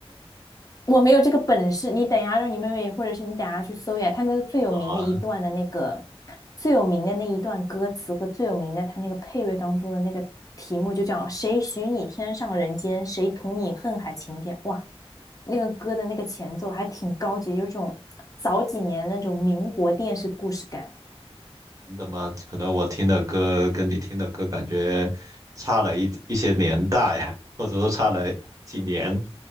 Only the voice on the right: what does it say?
好啊，
真的吗？可能我听的歌跟你听的歌感觉差了一一些年代啊，或者说差了几年。